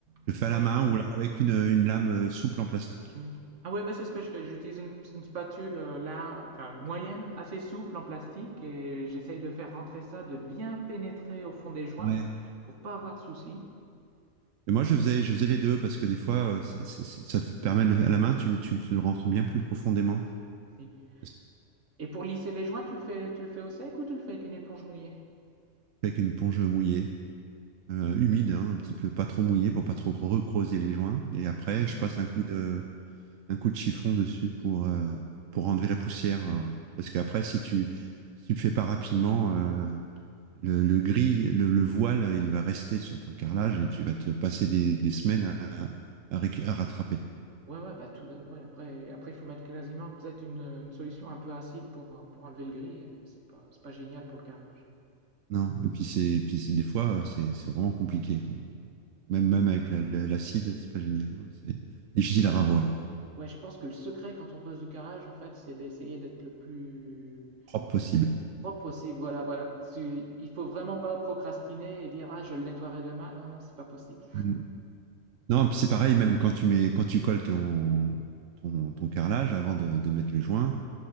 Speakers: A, on the right; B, on the right.
A: Parce
B: le fais
A: que
B: à
A: moi,
B: la
A: je-
B: main ou alors avec une, une lame euh, souple en plastique.
A: Mhm. Ah ouais, bah c'est ce que je fais. J'utilise une, une spatule euh, là, enfin moyenne, assez souple en plastique, et j'essaye de faire rentrer ça, de bien pénétrer au fond des joints
B: Ouais.
A: pour pas avoir de soucis.
B: Et moi, je faisais, je faisais les deux parce que des fois, euh, c'est- c'est- c'est- ça permet de le- à la main, tu, tu, tu le rentres bien plus profondément.
A: Si.
B: Parce que
A: Et pour lisser les joints, tu le fais, tu le fais au sec ou tu le fais avec une éponge mouillée?
B: Avec une ponge mouillée, euh, humide, hein, un petit peu pas trop mouillée pour pas trop recreuser les joints. Et après,
A: Mhm.
B: je passe un coup de, un coup de chiffon dessus pour, euh, pour enlever la poussière. euh, Parce qu'après, si tu, si tu le fais pas rapidement, euh, le, le gris, le, le, voile, il va rester sur ton carrelage et tu vas te passer des, des semaines à, à, réc- à, rattraper.
A: Ouais, ouais, bah tout, euh, ouais, après, après, il faut mettre quasiment peut-être une, une solution un peu acide pour, euh, pour enlever le gris. et C'est pas, c'est pas génial pour le carrelage.
B: Non, et puis c'est, et puis c'est des fois c'est c'est vraiment compliqué. Quoi. Même même avec l'acide, la, la, l'acide, c'est pas génial. Hein. C'est difficile
A: Ouais.
B: à ravoir,
A: Ouais, je pense que le secret quand on pose du carrelage, en fait, c'est d'essayer d'être le plus
B: propre possible.
A: propre possible. Voilà, voilà. Tu- Il faut vraiment pas procrastiner et dire, ah, je le nettoierai demain. Non, non, c'est pas possible.
B: Mm. Non, et puis c'est pareil, même quand tu mets, quand tu colles ton, ton, ton carrelage avant de, de, mettre le joint,